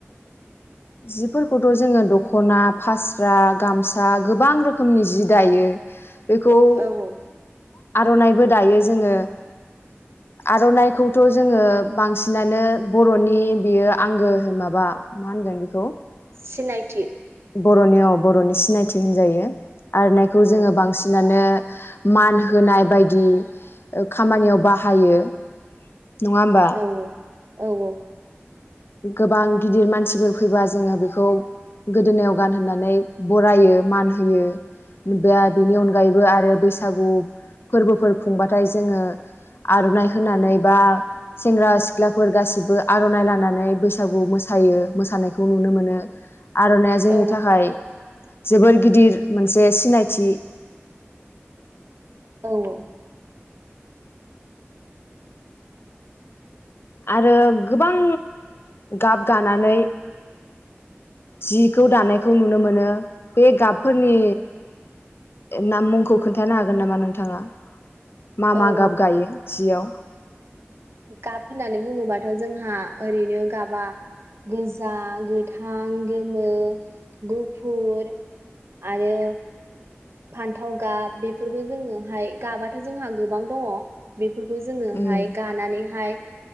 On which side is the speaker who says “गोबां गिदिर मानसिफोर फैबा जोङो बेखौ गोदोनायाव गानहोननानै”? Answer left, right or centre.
Left